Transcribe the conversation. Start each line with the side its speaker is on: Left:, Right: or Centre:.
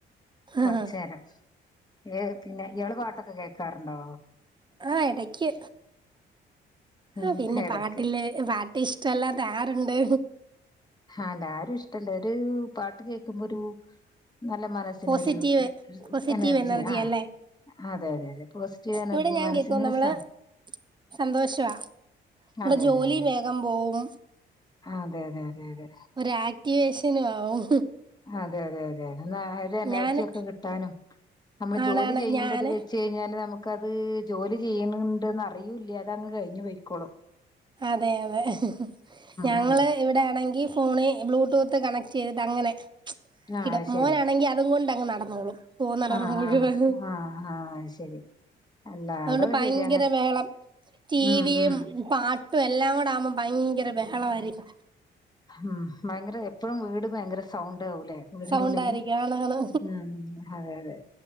Left: കുറച്ചുനരം
Right: ആഹ്
Left: ഏ പിന്നെ ഇള് പാട്ടൊക്കെ കേൾക്കാറുണ്ടോ
Right: ആഹ ഇടക്ക്
Left: ഉം
Right: ആ പിന്നെ
Left: എടക്ക്
Right: പാട്ടില് പാട്ട് ഇഷ്ടമല്ലാ ആരുണ്ട്
Left: ആഹല്ല ആരും ഇഷ്ടല്ല ഒരു പാട്ട് കേൾക്കുമ്പോ ഒരു നല്ല മനസ്സിനൊരു
Right: പോസിറ്റീവ് പോസിറ്റീവ്
Left: എനർജിയ
Right: എനർജി
Left: ആ
Right: അല്ലേ
Left: അതെ അതെ അതെ പോസിറ്റീവ് എനർജി
Right: ഇവിടെ ഞാൻ
Left: മനസ്സിന്സാണ്
Right: കേക്കും നമ്മള് സന്തോഷവാ ഇവിടെ
Left: അതെ
Right: ജോലി
Left: അതെ അതെ
Right: വേഗം പോവും
Left: അതെ അതെ അതെ അതെ
Right: ഒരു ആക്ടിവേഷനും ആവും
Left: അതെ അതെ അതെ ആ ഒരു എനർജിയ
Right: ഞാന്
Left: ഒക്കെ കിട്ടാനും നമ്മള്
Right: ആണാണ്
Left: ജോലി ചെയ്യുമ്പത്
Right: ഞാന്
Left: വെച്ച് കഴിഞ്ഞാല് നമുക്ക് നമക്കത് ജോലി ചെയ്യണണ്ടന്ന് അറിയൂല്ല അത അങ്ങ് കഴിഞ്ഞഞ് പോയിക്കോളു
Right: അതെ അതെ ഞങ്ങള്
Left: ഉം
Right: ഇവിടെ ആണെങ്കിൽ ഫോണ് ബ്ലൂടൂത്ത് കണക്ട് ചെയ്തിട്ട് അങ്ങനെ
Left: ആ
Right: ഇടും
Left: അത് ശരി
Right: മോനാണെങ്കിൽ അതും കൊണ്ടങ്ങ് നടത്തും പോന്നടം
Left: ആ
Right: മുഴുവന്ന്
Left: ആ ആ ആ അത് ശരി അല്ല
Right: അതുകൊണ്ട്
Left: അതൊക്കെ
Right: ഭയങ്കര
Left: ശരി അങ്ങനെ
Right: വേളം ടിവിയും
Left: ഉം ഉം
Right: പാ ഇപ്പ എല്ലാം കൂടെ ആവ്പോ ഭയങ്കര ബഹളമായിയിരിക്കും
Left: ഉം ഭയങ്കര എപ്പഴും വീട് ഭയങ്കര സൗണ്ട് ആാവലേ വീടിന്റെറെ
Right: സൗണ്ട്
Left: ഉള്ളില്
Right: ആയിരിക്കും ആണാണ്
Left: ഉം അതെ അതെ